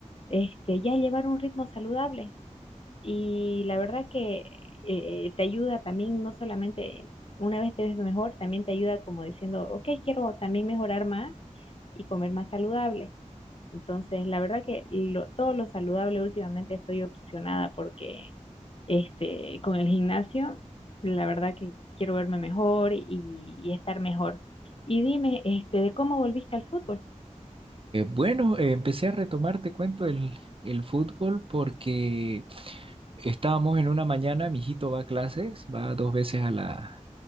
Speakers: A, on the left; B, on the right.
A: este, ya llevar un ritmo saludable. Y la verdad que eh, eh, te ayuda también, no solamente una vez te ves mejor, también te ayuda como diciendo, ok, quiero también mejorar más y comer más saludable. Entonces, la verdad que lo- todo lo saludable últimamente estoy obsesionada porque este, con el gimnasio, la verdad que quiero verme mejor y, y estar mejor. Y dime, este, ¿de cómo volviste al fútbol?
B: bueno, eh, empecé a retomar, te cuento, el, el fútbol porque estábamos en una mañana, mi hijito va a clases, va dos veces a la,